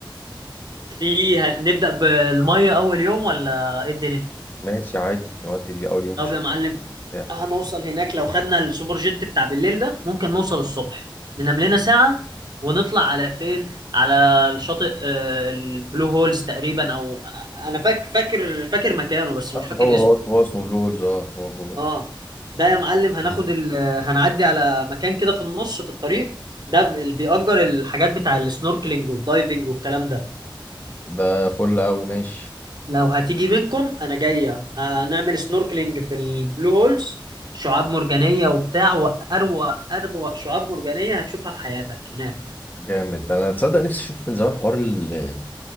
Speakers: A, on the right; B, on the left.
A: في ه- نبدأ بالمية أول يوم ولا إيه الدنيا؟
B: ماشي عادي نودي لي اول يوم في
A: طب
B: شط
A: يا معلم
B: بتاع
A: هنوصل هناك لو خدنا السوبر جيت بتاع بالليل ده ممكن نوصل الصبح ننام لنا ساعة ونطلع على فين؟ على الشاطئ آه، البلو هولز تقريبا أو أنا فاك- فاكر فاكر مكانه بس مش
B: آه،
A: فاكر
B: هو
A: اسمه
B: هو هو اسمه بلو هولز اه هو بلو هولز
A: آه ده يا معلم هناخد ال... هنعدي على مكان كده في النص في الطريق ده اللي بيأجر الحاجات بتاع السنوركلينج والدايفنج والكلام ده
B: ده فل قوي ماشي
A: لو هتيجي منكم انا جايه هنعمل سنوركلينج في البلو هولز شعاب مرجانيه وبتاع واروق اروق شعاب مرجانيه هتشوفها في حياتك هناك
B: جامد انا تصدق نفسي اشوف من زمان حوار ال-